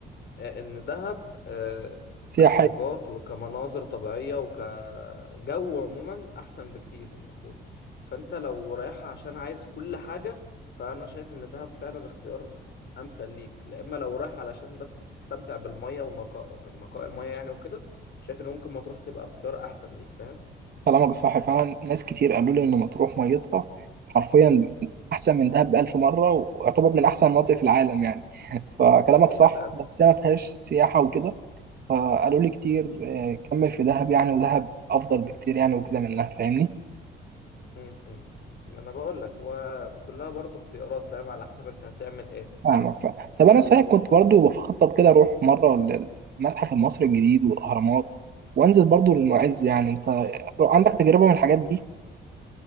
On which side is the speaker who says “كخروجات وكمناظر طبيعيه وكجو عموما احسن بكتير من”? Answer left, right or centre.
Left